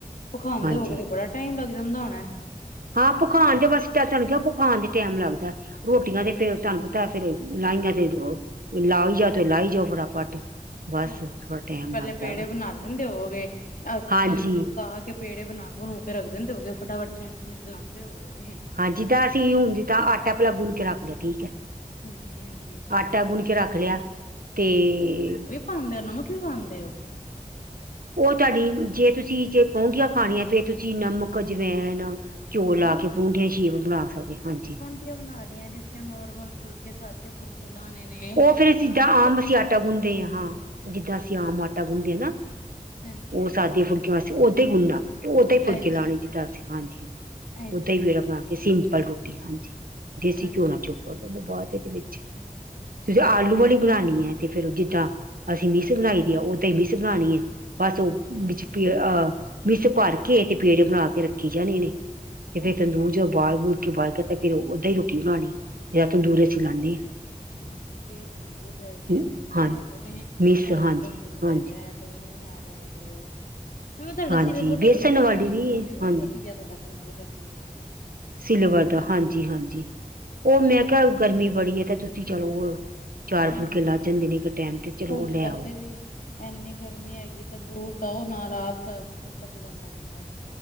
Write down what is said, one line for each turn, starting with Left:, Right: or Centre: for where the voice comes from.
Left: ਭਖਾਂਦੇ
Right: ਹਾਂਜੀ
Left: ਹੋ ਕੇ ਤੇ ਬੜਾ ਟਾਈਮ ਲੱਗ ਜੈਂਦਾ ਹੋਨਾ।
Right: ਹਾਂ ਭੁਖਾਨ ਚ ਬਸ ਟ ਤੂਨੂੰ ਕਿਹਾ ਭਖਾਨ ਚ ਟੈਮ ਲੱਗਦੈ। ਰੋਟੀਆਂ ਤੇ ਫੇਰ ਤੁਨੂੰ ਪਤਾ ਫੇਰ ਲਾਈਆਂ ਤੇ ਲਾਈ ਜਾਔ ਤੇ ਲਾਈ ਜਾਔ ਫਟਾਫਟ। ਬਸ
Left: ਹਂਜੀ,
Right: ਥੋੜਾ
Left: ਹਂਜੀ ਤੁਸੀਂ
Right: ਟਾਈਮ
Left: ਪੈਲੇ
Right: ਲੱਗਦਾ
Left: ਪੇੜੇ
Right: ਵਾ
Left: ਬਨਾ ਲੈਂਦੇ ਹੋਗੇ। ਅਹ
Right: ਹਾਂਜੀ
Left: ਤੰਦੂਰ ਬਾਲ ਕੇ ਪੇੜੇ ਬਨਾ ਬਨੂ ਕੇ ਰੱਖ ਦੇਂਦੇ ਹੋਗੇ ਫਟਾਫਟ ਚ- ਫੇਰ ਖਲਾਂਦੇ ਹੋਗੇ।
Right: ਹਂਜੀ, ਦਾਦਿ ਹੁਨ ਜਿਦਾਂ ਆਟਾ ਪੁਰਾ ਗੁਨ ਕੇ ਰੱਖ ਲਿਆ ਠੀਕ ਐ।
Left: ਹਾਂਜੀ ਹਾਂਜੀ
Right: ਆਟਾ ਗੁੰਨ ਕੇ ਰੱਖ ਲਿਆ। ਤੇ-
Left: ਖਾਂਂਦੇ ਉਹ ਨਮਕ ਕਿਉਂ ਪਾਂਦੇ ਔ।
Right: ਔਹ ਤੁੱਡੀ ਜੇ ਤੁਸੀਂ ਜੇ ਬੋਤਿਆਂ ਖਾਨਿਆ ਫੇਰ ਤੁਸੀਂ ਨਮਕ, ਅਜਵੈਨ। ਘੀਔ ਲਾ
Left: ਨਹੀਂ
Right: ਕੇ ਪਰੂੰਠੀਆਂ ਸ਼ੇਪ ਬਨਾ ਸਕਦੇ ਹਂਜੀ।
Left: ਕਿਔਂ ਬਨਾ ਰੀਆਂ ਜਿਸ ਚ ਨੋਰਮਲ ਫੁਲਕੇ ਸਾਦੇ ਫੁਲਕੇ ਏ ਲਾਨੇ ਨੇ।
Right: ਉਹ ਫੇਰ ਜਿੱਦਾਂਆਮ
Left: ਤਾਂ ਆਟੇ ਚ ਕੁਛ
Right: ਅਸੀਂ ਆਟਾ
Left: ਪਾਉਂਦੇ
Right: ਗੁੰਨਦੇ ਹਾਂ ਹਾਂ। ਜਿੱਦਾਂ ਅਸੀਂ ਆਮ ਆਟਾ ਗੁੰਨਦੇ ਹਾਂ ਨਾ।
Left: ਹਾਂਜੀ
Right: ਉਹ
Left: ਹਾਂਜੀ
Right: ਸਾਦੀ ਫੁਲਕੀਆਂ ਵਾਸਤੇ ਔਦਾਂ ਹੀ ਗੁੰਨਾ। ਤੇ ਔਦਾਂ ਹੀ ਫੁਲਕੇ
Left: ਅੱਛਾ
Right: ਲਾਨੇ ਜਿੱਦਾਂ ਸੀ ਹਂਜੀਜੀ,
Left: ਅੱਛਾ
Right: ਔਦਾਂ ਹੀ ਵੀ ਬਨਾ ਕੇ ਸਿੰਪਲ ਰੋਟੀ ਹਂਜੀ। ਦੇਸੀ
Left: ਅੱਛਾ
Right: ਘਿਓ ਨਾਲ ਚੁੱਪੜ ਦਾ ਬਾਦ ਏਦੇ ਵਿੱਚ।
Left: <unintelligible>
Right: ਤੁਸੀਂ ਆਲੂ ਵਾਲੀ ਬਨਾਨੀ ਹੈ ਤੇ ਫੇਰ ਜਿੱਦਾਂਅਸੀਂ ਮਿਸ ਬਨਾਈ ਦੀ ਆ ਔਦਾਂ ਹੀ ਮਿਸ ਬਨਾਨੀ ਐ। ਬਸ ਉਹ ਵਿੱਚ ਅਹ ਮਿਸ ਭਰ ਕੇ ਤੇ ਪੇੜ ਬਨਾ ਕੇ ਰੱਖੀ ਜਾਨੇ ਨੇ। ਤੇ ਜਿਵੇਂ
Left: ਅ
Right: ਤੰਦੂਰ ਜੋਂ ਬਾਲ ਬੁਲ ਕੇ ਬਾਰ ਕੇ ਤੇ ਫ਼ਿਰ ਔਦਾਂ ਹੀ ਰੋਟੀ ਬਨਾਨੀ ਜਾ ਤੰਦੂਰ ਚ ਲਾਨੀ।
Left: ਠੀਕ ਹੈਠੀਕ ਜਿਥੇ
Right: ਹਾਂ
Left: ਵਡੇ
Right: ਹਾਂਜੀ
Left: ਹੈਗੇ ਨੇ
Right: ਮਿਸ
Left: ਘਰ
Right: ਹਾਂਜੀ
Left: ਤੰਦੂਰ
Right: ਹਾਂਜੀ
Left: ਹੈਗਾ। ਤੁਸੀ ਬਨਾ ਲੈਂਦੇ ਔ। ਮੈਂ ਤੁੱਡਾ
Right: ਹਾਂਜੀ
Left: ਸਿਲਵਰ
Right: ਵੇਸਣ
Left: ਦਾ ਤੰਦੂਰ
Right: ਵਾਲੀ
Left: ਵੇਖਿਆ ਔਹ
Right: ਹਾਂਜੀ
Left: ਵੀ ਵਧੀਆ ਤੁੱਡਾ ਸਿਲਵਰ ਦਾ ਤੰਦੂਰ।
Right: ਸਿਲਵਰ ਦਾ ਹਂਜੀ, ਹਂਜੀ ਔ ਮੈਂ ਕਿਹਾ ਗਰਮੀ ਬੜੀ ਏ ਤੇ ਤੁ ਚਲੋ ਔ ਚਾਰ
Left: ਹਾਂਜੀ
Right: ਫੁਲਕੇ ਲਗ ਜੈਂਦੇ ਨੇ ਇੱਕ ਟੈਮ ਤੇ ਚਲੋ
Left: ਹੁਣ
Right: ਔ ਲੈ
Left: ਵੈਸੇ
Right: ਆਔ।
Left: ਵੀ ਇੰਨੀ ਗਰਮੀ ਹੈਗੀ। ਤੰਦੂਰ ਤਾਔ ਨਾਲ ਆਪ ਤਪ ਜੈਂਦਾ ਬੰਦਾ।